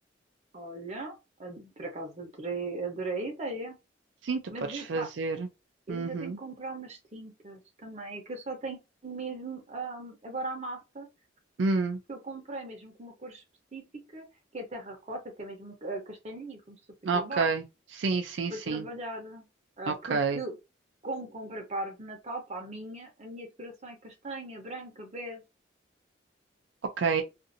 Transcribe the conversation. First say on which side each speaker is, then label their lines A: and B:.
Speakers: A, on the right; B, on the right.
A: Olha, ad- por acaso adorei, adorei a ideia.
B: Sim, tu
A: Mas
B: podes
A: epá,
B: fazer.
A: eu
B: Uhum.
A: ainda tenho que comprar umas tintas também. É que eu só tenho mesmo ahm, agora a massa
B: Hum,
A: que eu comprei, mesmo com uma cor específica, que é terracota, que é mesmo ah, castanhinho, como se fosse aquele
B: ok.
A: barro,
B: Sim, sim,
A: para
B: sim.
A: trabalhar. Ah,
B: Ok.
A: porque, como comprei parvo de Natal, para a minha, a minha decoração é castanha, branca, bege.
B: Ok.